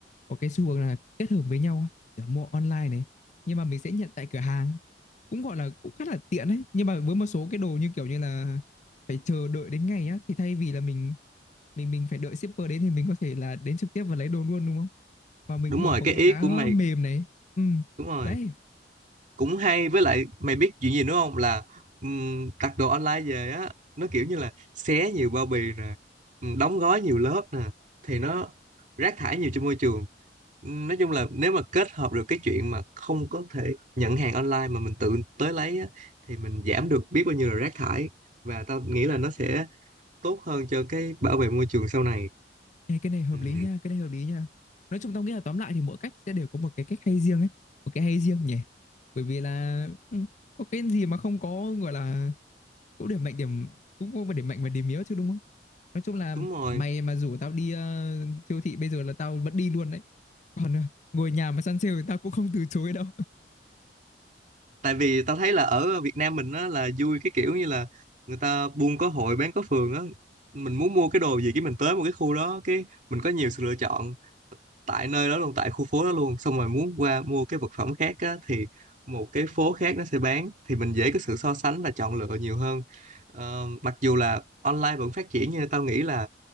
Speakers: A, on the left; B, on the right.
A: có cái xu hướng là kết hợp với nhau á, kiểu mua online này nhưng mà mình sẽ nhận tại cửa hàng cũng gọi là cũng khá là tiện đấy nhưng mà với một số cái đồ như kiểu như là phải chờ đợi đến ngày á thì thay vì là mình mình mình phải đợi shipper đến thì mình có thể là đến trực tiếp và lấy đồ luôn đúng không và mình
B: đúng
A: vừa
B: rồi
A: có
B: cái
A: cái
B: ý
A: giá
B: của mày
A: mềm này ừ
B: đúng rồi
A: đấy
B: cũng hay với lại mày biết chuyện gì nữa không là ừm, đặt đồ online về á nó kiểu như là xé nhiều bao bì nè ừm, đóng gói nhiều lớp nè thì nó rác thải nhiều cho môi trường Ừm, nói chung là nếu mà kết hợp được cái chuyện mà không có thể nhận hàng online mà mình tự tới lấy á thì mình giảm được biết bao nhiêu là rác thải và tao nghĩ là nó sẽ tốt hơn cho cái bảo vệ môi trường sau này
A: Ê, cái này hợp
B: Ừm,
A: lý nha, cái này hợp lý nha. Nói chung tao nghĩ là tóm lại thì mỗi cách sẽ đều có một cái cách hay riêng ấy, một cái hay riêng nhỉ. Bởi vì là ừ, có cái gì mà không có gọi là cũng điểm mạnh điểm cũng có điểm mạnh và điểm yếu chứ đúng không? Nói chung là
B: đúng rồi
A: mày mà rủ tao đi ờ, siêu thị bây giờ là tao vẫn đi luôn đấy. Còn ờ, ngồi nhà mà săn sale thì tao cũng không từ chối đâu.
B: tại vì tao thấy là ở Việt Nam mình á là vui cái kiểu như là người ta buôn có hội bán có phường á mình muốn mua cái đồ gì cái mình tới một cái khu đó cái mình có nhiều sự lựa chọn tại nơi đó luôn tại khu phố đó luôn xong rồi muốn qua mua cái vật phẩm khác á thì một cái phố khác nó sẽ bán thì mình dễ có sự so sánh và chọn lựa nhiều hơn Ờ, mặc dù là online vẫn phát triển nhưng tao nghĩ là